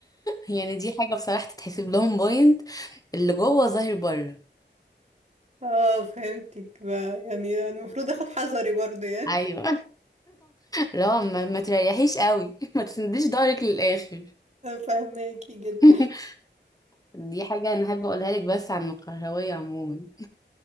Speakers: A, on the left; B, on the right.
A: يعني دي حاجة بصراحة تتحسب لهم بوينت اللي جوه ظاهر بره
B: اه فهمتك بقى يعني المفروض اخد حذري برضه يعني
A: ايوه <laughs> لا ما, ما تريحيش قوي <laughs> ما تسنديش ضهرك للاخر
B: فاهماكي جدا
A: <laughs> دي حاجة أنا حابة أقولها لك بس عن القهوية عموما